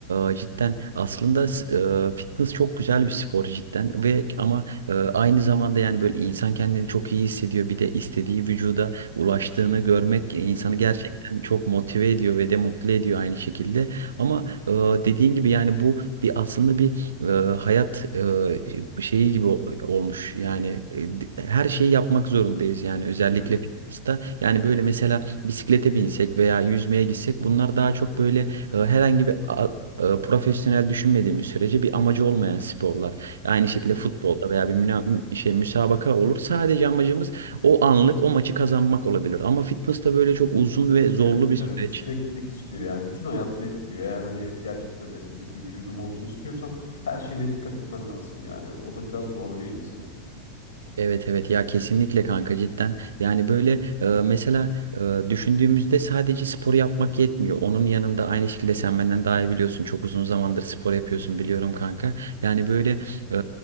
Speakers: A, on the right; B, on the left.
A: e, cidden aslında s- e, fitness çok güzel bir spor cidden ve ama e, aynı zamanda yani böyle insan kendini çok iyi hissediyor bir de istediği vücuda ulaştığını görmek insanı
B: Hı hı,
A: gerçekten çok motive ediyor ve de mutlu ediyor aynı şekilde ama e, dediğin gibi yani bu bir aslında bir e, hayat e, şeyi gibi o- olmuş yani e, her şeyi yapmak zorundayız yani özellikle
B: hı hı,
A: fitness'ta yani böyle mesela bisiklete binsek veya yüzmeye gitsek bunlar daha çok böyle e, herhangi bir a- e, profesyonel düşünmediğimiz sürece bir amacı olmayan sporlar. Aynı
B: hı
A: şekilde
B: hı.
A: futbolda veya bir müna- mü- şey müsabaka olur. Sadece amacımız o anlık o maçı kazanmak olabilir. Ama fitness'ta böyle çok uzun ve zorlu
B: Evet,
A: bir
B: evet
A: süreç.
B: süreklilik istiyor yani bütün hayatını etkiliyor. Eğer hani gerçekten estetik bir vücudum olsun istiyorsan her şeyine dikkat etmen lazım. Yani o da biraz zorluyor insanı.
A: Evet evet ya kesinlikle kanka cidden yani böyle e, mesela e, düşündüğümüzde sadece spor yapmak yetmiyor onun yanında aynı şekilde sen benden daha iyi biliyorsun çok uzun zamandır spor yapıyorsun biliyorum kanka yani böyle e,